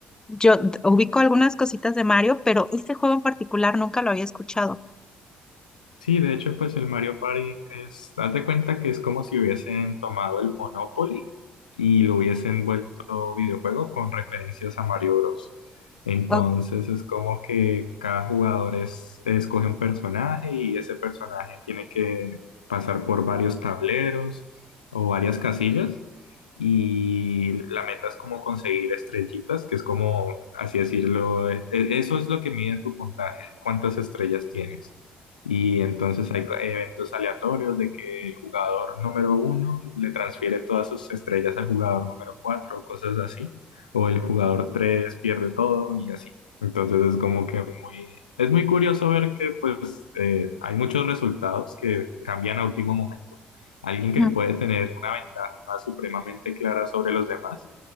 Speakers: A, on the left; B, on the left.
A: yo d- ubico algunas cositas de Mario, pero este juego en particular nunca lo había escuchado.
B: Sí, de hecho, pues el Mario Party es, haz de cuenta que es como si hubiesen tomado el Monopoly y lo hubiesen vuelto videojuego con referencias a Mario Bros. Entonces
A: Guau.
B: es como que cada jugador es, escoge un personaje y ese personaje tiene que pasar por varios tableros o varias casillas y la meta es como conseguir estrellitas, que es como, así decirlo, e- e, eso es lo que mide tu puntaje, cuántas estrellas tienes. Y entonces hay co- eventos aleatorios de que el jugador número uno le transfiere todas sus estrellas al jugador número cuatro o cosas así. O el jugador tres pierde todo y así. Entonces es como que muy... Es muy curioso ver que pues eh, hay muchos resultados que cambian a último momento. Alguien que
A: Ajá.
B: puede tener una ventaja supremamente clara sobre los demás